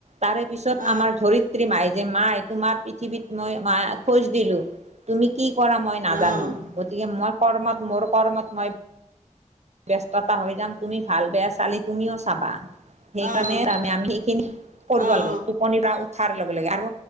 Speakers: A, on the right (about 55°); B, on the right (about 80°).
A: তাৰে পিছত
B: অ',
A: আমাৰ ধৰিত ধৰিত্ৰী মাই যে মা, তোমাৰ পৃথিৱীত মই মা খোজ দিলো। তুমি কি কৰা মই
B: অ',
A: নাজানো,
B: অ',
A: গতিকে মই কৰ্মত মোৰ কৰ্মত মই ব্যস্ততা হৈ যাম। তুমি ভাল বেয়া চালি তুমিও চাবা, সেইকাৰণে
B: অ',
A: <unintelligible> আমি সেইখিনি কৰব
B: অ',
A: লাগে।
B: অ'।
A: <unintelligible> উঠাৰ লগে লগে, আৰু